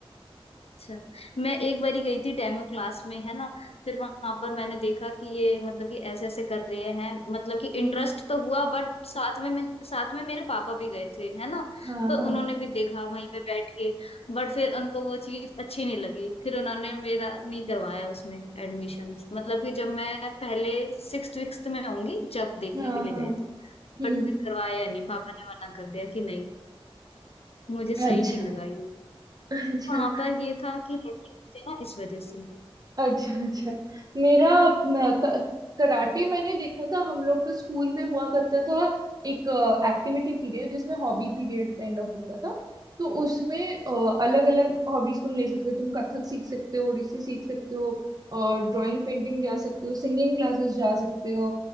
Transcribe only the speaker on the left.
अच्छा मैं एक बारी गई थी डेमो क्लास में है ना फिर वहां पर मैंने देखा कि ये मतलब कि ऐसे ऐसे कर रहे हैं मतलब कि
इंटरेस्ट तो हुआ बट साथ में मैं साथ में मेरे पापा भी गए थे है ना
तो
उन्होंने भी देखा वहीं पे बैठ के बट फिर उनको वो चीज अच्छी नहीं लगी फिर उन्होंने मेरा नहीं करवाया उसमें एडमिशन मतलब कि जब मैं पहले सिक्स विक्स में होंगी जब देखने
के लिए
गए थे
बट फिर करवाया नहीं पापा ने मना कर दिया कि नहीं मुझे सही
नहीं लगा
वहां पर ये था कि लड़के नहीं थे ना इस वजह से